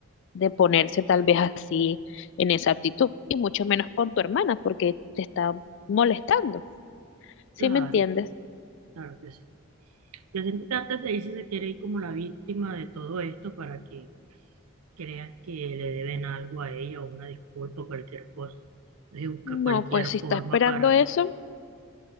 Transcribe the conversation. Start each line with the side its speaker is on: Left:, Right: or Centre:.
Left: de ponerse tal vez así en esa actitud, y mucho menos con tu hermana, porque te está molestando, ¿sí
Right: Claro.
Left: me entiendes?
Right: Claro que sí. Yo siento que antes de irse se quiere ir como la víctima de todo esto para que crea que le deben algo a ella o una disculpa o cualquier cosa. Entonces busca cualquier
Left: No, pues si
Right: forma
Left: está esperando
Right: para...
Left: eso,